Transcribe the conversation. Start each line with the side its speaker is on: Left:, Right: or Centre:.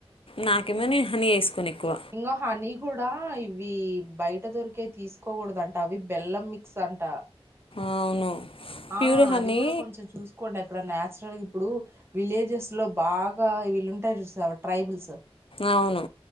Left: నాకేమో
Right: అవును
Left: నేను హని ఏసుకోను ఎక్కువ.
Right: ఇంగో హనీ కూడా ఇవ్వి బయట దొరికే తీసుకోగుడదంట. అవి బెల్లం మిక్స్ అంట.
Left: అవును
Right: ఆ
Left: ప్యూర్ హనీ
Right: అది కూడా కొంచెం చూసుకోండి అద్ ఇక్కడ నాచురల్ ఇప్పుడు విలేజెస్ లో బాగా వీళ్ళుంటార్ చూసవ ట్రైబుల్స్.
Left: అవును